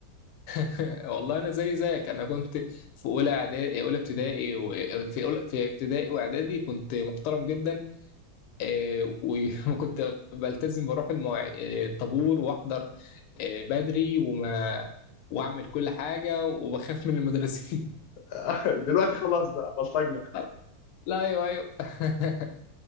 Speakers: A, on the left; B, on the left.
A: <laughs> والله انا زي زيك انا كنت في اولى اعدادي اولى ابتدائي و... في أولى... في ابتدائي واعدادي كنت محترم جدا آه، و- <laughs> وكنت بلتزم بروح المواع... آه، الطابور واحضر آه، بدري وما واعمل كل حاجه وبخاف من المدرسين
B: <laughs> دلوقتي خلاص بقى بلطجنا
A: <laughs> لا ايوه ايوه <laughs>